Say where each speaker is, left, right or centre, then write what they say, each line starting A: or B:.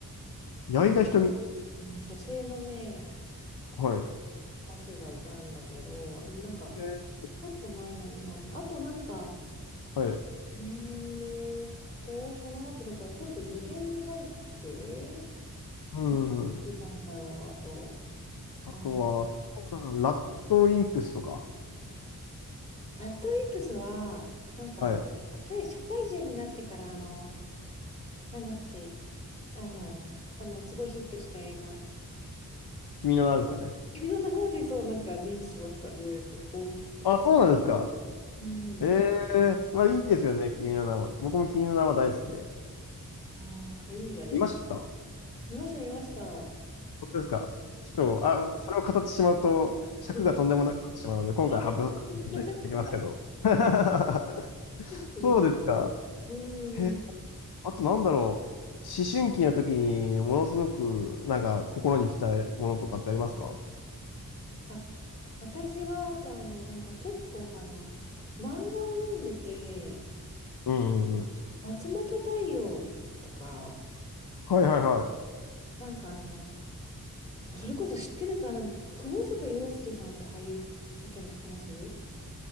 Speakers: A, on the left (about 90°); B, on the left (about 20°).
A: 矢井田瞳。
B: あ、うん女性のね、
A: はい。
B: 歌手がいたんだけど、あれもなんか、
A: えー
B: ちょっとマイナーになる。あとなんか、
A: はい。
B: えーっと、その後だからちょっと受験に入って、
A: うんうん。
B: 何聞いてたんだろう、あと、
A: あとは、
B: あー、
A: そうだな、ラッドインプスとか。
B: ラッドウィンプスは、なんか、
A: はい。
B: 社会、社会人になってから、あの、なんだっけ、あの、あの、すごいヒットした映画。
A: 君の名はですかね。
B: <laughs> 君の名はでそう、なんか認知しました、ようやく。おっつって。
A: あ、そうなんですか。
B: うん。
A: ええまあいいですよね、君の名は。僕も君の名は大好きで。
B: ああ、あれ、いい映画でした。
A: 見ました
B: 見ました、見ました。
A: 本当ですか。ちょっと、
B: うん
A: あ、それを語ってしまうと、尺がとんでもなくなってしまうので、
B: どうぞ。
A: 今回省くことになりますけど。
B: <laughs> それはさ
A: <laughs>
B: それは
A: そうですか。
B: うん。
A: へ、あとなんだろう。思春期の時に、ものすごく、なんか、心に来たものとかってありますか
B: あ、私は、あと、あの、なんか結構、あの、漫画を読んでて、
A: うんうんうん。
B: 松本太陽とか、
A: はいはいはい。
B: なんかあの、あそれこそ知ってるかな窪塚洋介さんって俳優いたの知ってます